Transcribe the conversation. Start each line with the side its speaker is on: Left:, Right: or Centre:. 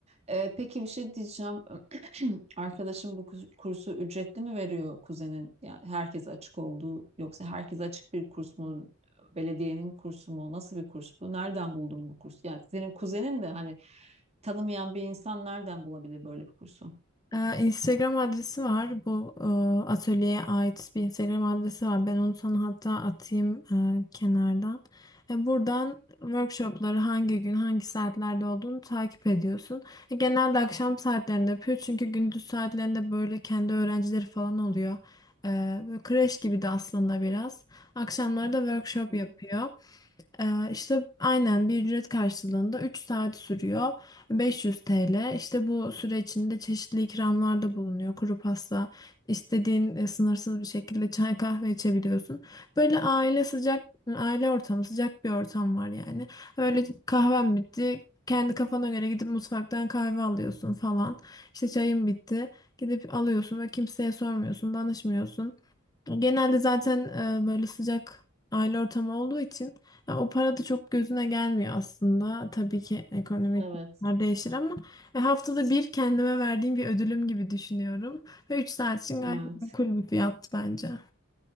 Right: Ee, peki bir şey diyeceğim. <clears throat> Arkadaşım bu kus- kursu ücretli mi veriyor kuzenin? Yani herkese açık olduğu yoksa herkese açık bir kurs mu? Belediyenin kursu mu? Nasıl bir kurs bu? Nereden buldun bu kursu? Yani senin kuzenin de hani tanımayan bir insan nereden bulabilir böyle bir kursu?
Left: Ee, Instagram adresi var. Bu e, atölyeye ait bir Instagram adresi var. Ben onu sana hatta atayım e, kenardan. E, buradan workshopları hangi gün, hangi saatlerde olduğunu takip ediyorsun. E, genelde akşam saatlerinde yapıyor. Çünkü gündüz saatlerinde böyle kendi öğrencileri falan oluyor. E, böyle kreş gibi de aslında biraz. Akşamları da workshop
Right: Hı
Left: yapıyor.
Right: hı.
Left: Ee, işte aynen bir ücret karşılığında 3 saat sürüyor. 500 TL. İşte bu süre içinde çeşitli ikramlarda bulunuyor. Kuru pasta, istediğin e, sınırsız bir şekilde çay kahve içebiliyorsun. Böyle aile sıcak, aile ortamı sıcak bir ortam var yani. Öyle kahven bitti. Kendi kafana göre gidip mutfaktan kahve alıyorsun falan. İşte çayın bitti. Gidip alıyorsun ve kimseye sormuyorsun, danışmıyorsun. Genelde zaten e, böyle sıcak aile ortamı olduğu için ya o para da çok gözüne gelmiyor aslında. Tabii ki ekonomik
Right: Evet.
Left: Bunlar değişir ama e, haftada bir kendime verdiğim bir ödülüm gibi düşünüyorum. Ve 3 saat için
Right: Evet.
Left: gayet makul bir fiyat bence.